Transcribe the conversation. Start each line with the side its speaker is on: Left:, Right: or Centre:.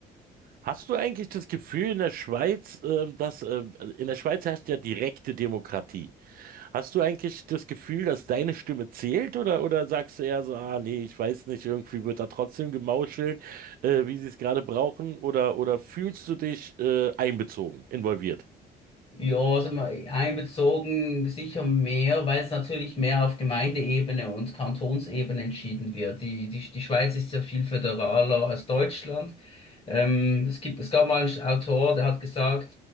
Right: Hast du eigentlich das Gefühl in der Schweiz, ähm, dass äh, in der Schweiz herrscht ja direkte Demokratie? Hast du eigentlich das Gefühl, dass deine Stimme zählt oder, oder sagst du eher so, ah nee, ich weiß nicht, irgendwie wird da trotzdem gemauschelt, äh, wie sie es gerade brauchen oder, oder fühlst du dich äh, einbezogen, involviert?
Left: Ja, sind wir einbezogen, sicher mehr, weil es natürlich mehr auf Gemeindeebene und Kantonsebene entschieden wird. Die, die, die Schweiz ist ja viel föderaler als Deutschland. Ähm, es gibt, es gab mal einen Autor, der hat gesagt,